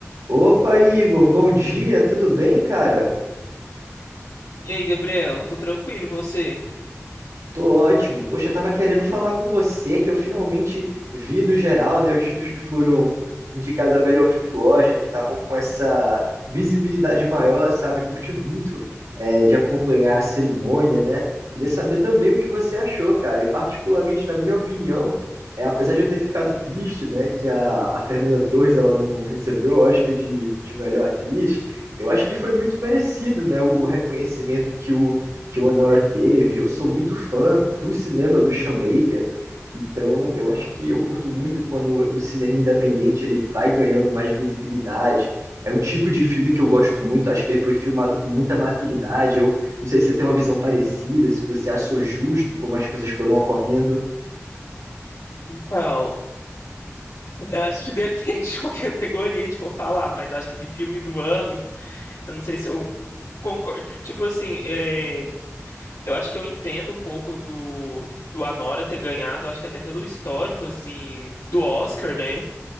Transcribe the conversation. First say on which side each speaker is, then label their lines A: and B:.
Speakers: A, on the right; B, on the left.
A: Opa, Igor, bom dia, tudo bem, cara?
B: E aí, Gabriel, tô tranquilo, e você?
A: Tô ótimo. Poxa, eu tava querendo falar com você que eu finalmente vi no geral, né, os filmes que foram indicados a melhor filme do Oscar, que estavam com essa visibilidade maior, sabe? Curti muito é, de acompanhar a cerimônia, né? Queria saber também o que você achou, cara. E particularmente na minha opinião, é, apesar de eu ter ficado triste, né, que a, a Fernanda Torres ela não recebeu o Oscar de, de melhor atriz, eu acho que foi muito merecido, né, o o reconhecimento que o que o Anora teve. Eu sou muito fã do cinema do Sean Baker, então eu acho que eu curto muito quando o cinema independente ele vai ganhando mais visibilidade. É um tipo de filme que eu gosto muito, acho que ele foi filmado com muita maturidade. Eu não sei se você tem uma visão parecida, se você achou justo como as coisas foram ocorrendo.
B: Então, eu acho que <laughs> depende de qual categoria a gente for falar, mas eu acho que de filme do ano, eu não sei se eu concordo. Tipo assim, é, eu acho que eu entendo um pouco do, do Anora ter ganhado, acho que até pelo histórico, assim, do Oscar, né?